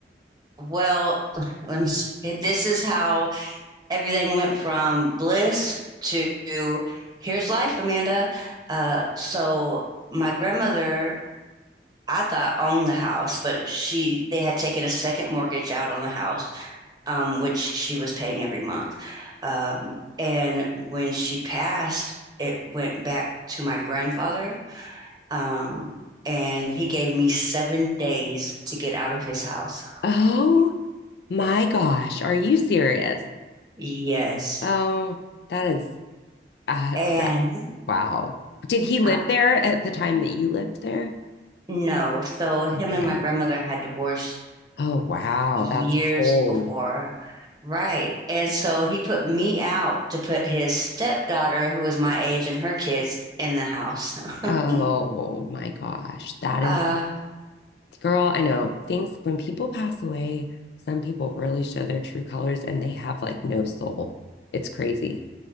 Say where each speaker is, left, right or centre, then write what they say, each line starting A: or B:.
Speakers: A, on the right (about 20°); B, on the left (about 70°).
A: Well, <laughs> let me. it- This is how everything went from bliss to here's life, Amanda. Uh, so my grandmother, I thought owned the house, but she they had taken a second mortgage out on the house, um, which she was paying every month. Um, and when she passed, it went back to my grandfather, um, and he gave me seven days to get out of his house.
B: Oh my gosh, are you serious?
A: Yes.
B: Oh, that is uh,
A: And
B: that wow. Did he live
A: I,
B: there at the time that you lived there?
A: no, so him
B: Okay.
A: and my grandmother had divorced
B: Oh wow,
A: years
B: that's cold.
A: before. Right. And so he put me out to put his stepdaughter, who was my age, and her kids in the house.
B: Oh
A: <laughs>
B: my gosh, that
A: Uh,
B: is Girl, I know things when people pass away, some people really show their true colors and they have like no soul. It's crazy.